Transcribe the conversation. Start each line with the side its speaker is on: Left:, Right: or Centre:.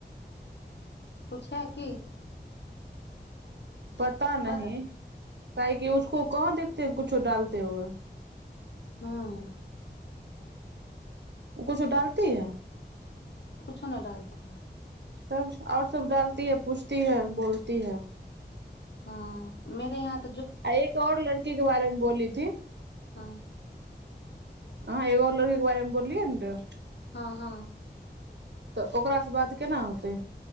Left: किछु है की
Right: पता नहि
Left: है
Right: काह कि उसको कहाँ देखत है कुछो डालते हुए
Left: हँ
Right: कुछो डालती है
Left: नहि डालती है
Right: तब आओर सब डालती है पूछती है बोलती है
Left: हँ मेेरे हाथ
Right: आ एक आऔर लड़की के बारेमे बोलीथी
Left: हाँ
Right: ह एगो आओर लड़कीे बारेमे बोललियै ने रऽ
Left: हां हाँ
Right: तऽ ओकरासँ बात केना होतै